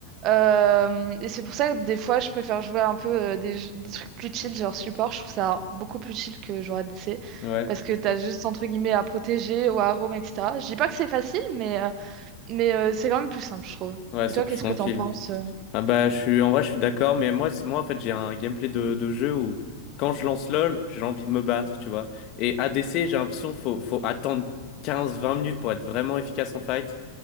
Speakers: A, on the right (about 35°); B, on the left (about 40°).
A: Euh, et c'est pour ça que des fois, je préfère jouer un peu euh, des, jeux- des trucs plus chill, genre support. Je trouve ça beaucoup plus chill que jouer à DC
B: Ouais.
A: parce que t'as juste entre guillemets à protéger ou à roam, etc. Je dis pas que c'est facile, mais, euh, mais euh, c'est quand même plus simple, je trouve.
B: Ouais,
A: Et
B: c'est
A: toi,
B: plus
A: qu'est-ce
B: tranquille.
A: que t'en penses? euh
B: Ah bah je suis en vrai je suis d'accord, mais moi c'est- moi en fait j'ai un gameplay de, de jeu où quand je lance LOL, j'ai envie de me battre, tu vois. Et ADC, j'ai l'impression qu'il faut faut attendre quinze vingt minutes pour être vraiment efficace en fight.